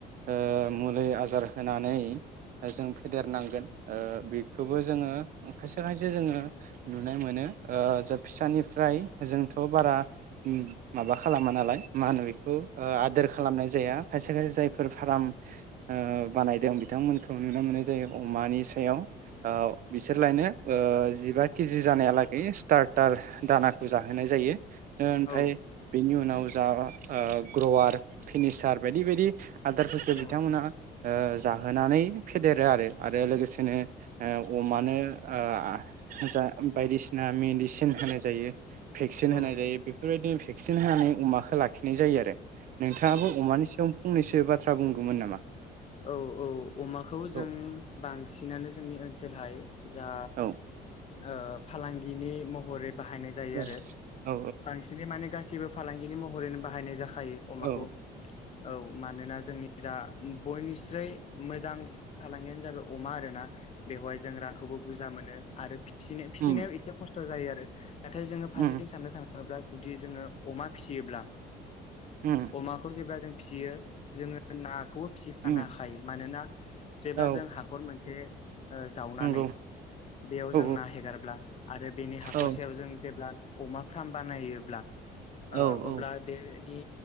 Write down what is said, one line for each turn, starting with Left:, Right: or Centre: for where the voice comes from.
Right: ओ मुलै आजार होनानै ओ जों फेदेरनांगोन। ओ बेखौबो जोङो उम खायसे खायसे जोङो नुनाय मोनो ओ जोब फिसानिफ्राय जोंथ बारा उम माबा खालामा नालाय मा होनो बेख खौ ओ आदोर खालामनाय। जाया खायसे खायसे जायफोर फाराम ओ बानायदों बिथांमोनखौ नुनो मोननाय जायो अमानि सायाव औ बिसोरलायनो ओ जिबा केजि जानायालागै स्टार्टार दाना खौ जाहोनाय जायो। ओनफ्राय
Left: औ
Right: बेनि उनाव जागा ओ ग्रवार फिनिसार बायदि बायदि। आदारफोरखो
Left: औ
Right: बिथांमोना। ओ जाहोनानै फेदेरो आरो आरो लोगोसेनो ओ अमानो ओ आ जा बायदिसिना मेडिसिन होनाय जायो। भेक्सिन
Left: औ
Right: होनाय जायो बेफोरबायदि। भेक्सिन होनानै अमाखौ लाखिनाय जायो आरो। नोंथाङाबो
Left: औ
Right: अमानि सायाव फंनैसो बाथ्रा बुंगौमोन नामा?
Left: औ औ अमाखौ
Right: औ
Left: जों बांसिनानो जोंनि ओन सोलहाय जा
Right: औ
Left: ओ फालांगिनि महरै। बाहायनाय जायो
Right: औ
Left: आरो
Right: औ
Left: बांसिनै माने गासि सिबो फालांगिनि महरैनो बाहायनाय जाखा खायो अमाखौ
Right: औ
Left: औ। मानोना जोंनि जा बयनिस्रै मोजांसिन फालांगियानो जाबाय अमा आरोना। बेवहाय जों रांखौबो बुरजा मोनो आरो फिसि फिसिनायाव
Right: उम
Left: एसे खस थ जायो आरो। नाथाय जोङो फारसेथिं
Right: उम
Left: साननो थाङो ङोब्ला जुदि जोङो अमा फिसियोब्ला
Right: उम
Left: अमाखौ जेब्ला जों फिसियो जोङो नाखौबो। खानो
Right: उम
Left: हाखायो मानोना जेब्ला
Right: औ
Left: जों हाखर मोनसे ओ जावनानै
Right: नंगौ
Left: बेयाव
Right: औ
Left: जों ना हेगारब्ला आरो बेनि हाखरसेयाव
Right: औ
Left: जों जेब्ला अमा फार्म बानायोब्ला आ
Right: औ उम
Left: अब्ला
Right: उम
Left: देनि